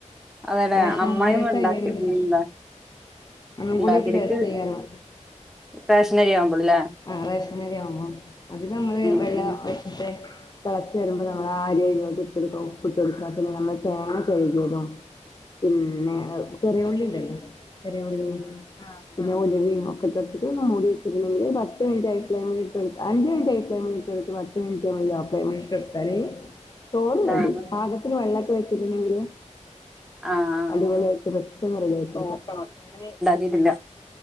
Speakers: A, in the centre; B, on the left (about 30°).
A: അതെല്ലേ
B: റേഷൻ
A: അമ്മായിമ്മ
B: കടേത്തെ
A: ഉണ്ടാക്കി
B: അരിയാണെങ്കിലെയ്
A: ഉണ്ട
B: ഒന്നും
A: ഉണ്ടാക്കിക്ക്
B: കൂടെ ഒരു ടേസ്റ്റ് അയ്‌ക്കാരം
A: സ്റ്റേഷനരി ആവുമ്പോളല്ലേ
B: ആ റേഷനരിയാവുബോ അധികം നമ്മള്
A: ഉം
B: വെള്ള
A: ഉം
B: വറ്റിച്ച തിളച്ചു വരുമ്പോൾ നമ്മൾ അരി ആയിലോട്ട് ഇട്ട് കൊടുക്കുക ഉപ്പ് ഇട്ട് കൊടുക്കുക പിന്നെ നമ്മൾ തേങ്ങ ചിരകിയതും പിന്നെ ചെറിയുള്ളിണ്ടല്ലോ ചെറിയുള്ളി ആഹ് ആഹ പിന്നെ ഉലുവയും ഒക്കെ ഇട്ടു ഒന്ന മൂടി വച്ചിട്ടില്ലെങ്കില് പത്ത് മിനിറ്റ് ഹൈഫ്‌ളമേഇൽ ഇട്ടുകൊടുക്ക അഞ്ച് മിനിറ്റ് ഹൈഫ്ലാമിൽട്ട് ഇട്ടുകൊടുത്ത് പത്തുമിനിറ്റ് നമ്മള് ലോഫ്ലമെയിൽ ഇട്ടുകൊടുത്താല് ചോറ് റെഡി
A: ആഹ്
B: പാകത്തി ത്തിന് വെള്ളക്കെ വെച്ചക്ക്ണെങ്കില്
A: ആഹ്
B: അടിപൊളിയായിട്ട് പെട്ടെന്ന് റെഡി ആയിക്കോ ഞാന്
A: വീട്ടില്ല